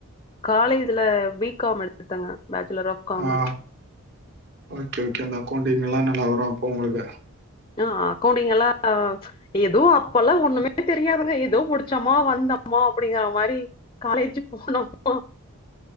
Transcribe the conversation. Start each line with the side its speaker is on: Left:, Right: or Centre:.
Left: காலேஜுல பி காம் எடுத்தங்க bachelor of commerce
Right: ah okay okay அந்த அக்கவுண்டிங்கில்லா நல்லா வரு அப்போ உங்ளுக்கு
Left: ஆ அக்கவுண்டிங்கில்லா எதோ அப்பல்லா ஒன்னுமே தெரியாதுங்க ஏதோ முடிச்சோமா வந்தம் மோ அப்டிங்கிற மாரி காலேஜுக் போனோ ப்போ